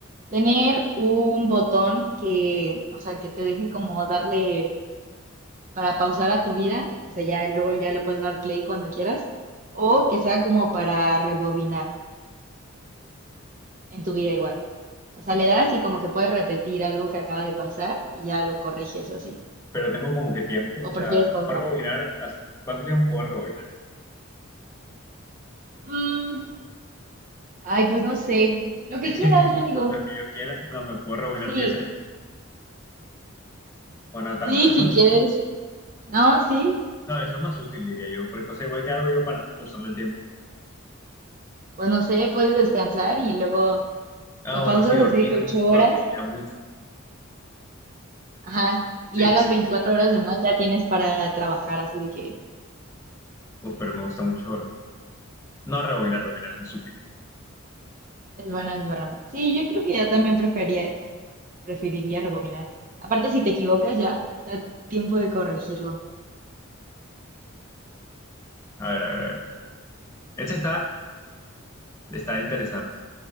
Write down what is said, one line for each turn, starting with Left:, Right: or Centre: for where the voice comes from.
Right: ¿Tener un botón que, o sea, que te deje como darle para pausar a tu vida, o sea, ya luego ya le puedes dar play cuando quieras, o que sea como para rebobinar en tu vida igual. O sea, le das y como que puedes repetir algo que acaba de pasar y ya lo corriges o así.
Left: pero tengo como que tiempo, o
Right: ¿O
Left: sea,
Right: prefieres pausarlo?
Left: puedo rebobinar, hasta- ¿cuánto tiempo puedo rebobinar?
Right: Mm, ay, pues no sé. Lo que
Left: <laughs>
Right: quieras, yo digo.
Left: Lo que yo quiera, no, me puedo rebobinar
Right: Sí,
Left: 10 años, o no tanto.
Right: sí,
Left: <laughs>
Right: si quieres. No, sí.
Left: No, eso es más útil, diría yo, porque, o sea, igual que hago yo para usando el tiempo.
Right: Pues no sé, puedes descansar y luego
Left: Ah,
Right: lo
Left: bueno,
Right: pausas
Left: sí, dormir,
Right: así de que
Left: uf,
Right: ocho horas.
Left: dormiría mucho.
Right: Ajá. Y
Left: Sí,
Right: ya
Left: sí,
Right: las
Left: sí.
Right: 24 horas de más ya tienes para trabajar, así de que
Left: Uf, pero me gusta mucho dormir. No, rebobinar, rebobinar es más útil.
Right: Es bueno, es bueno. Sí, yo creo que ya también prefería, preferiría rebobinar. Aparte, si te equivocas, ya da tiempo de corregirlo.
Left: A ver, a ver, a ver. Esta está, está interesante.